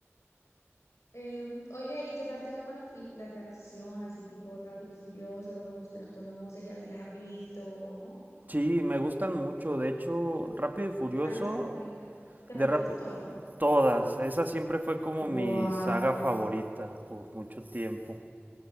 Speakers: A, on the left; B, on the right.
A: Eh, oye, ¿y qué tal te va con las películas de acción, así tipo Rápido y Furiosos? ¿Las conoces? ¿Ya te las has visto o no?
B: Sí, me gustan mucho. De hecho, Rápido y Furioso,
A: ¿Cuál es tu favorita? ¿Te las
B: de
A: has visto
B: Rápido...
A: todas?
B: Todas. Esa siempre fue como
A: Wow.
B: mi saga favorita por mucho tiempo.